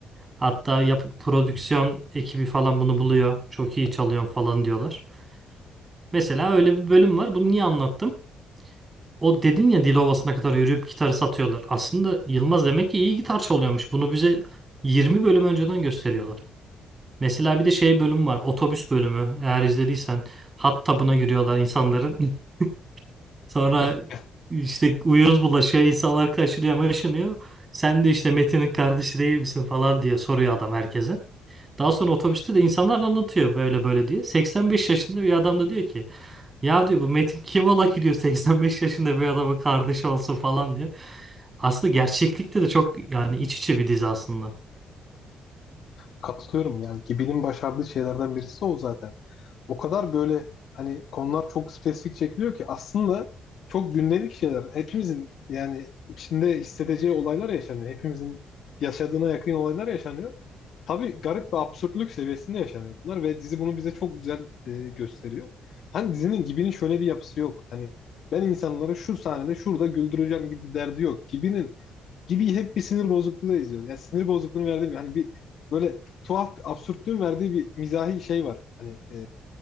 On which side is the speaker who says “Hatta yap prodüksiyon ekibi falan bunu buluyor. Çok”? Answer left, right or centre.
Right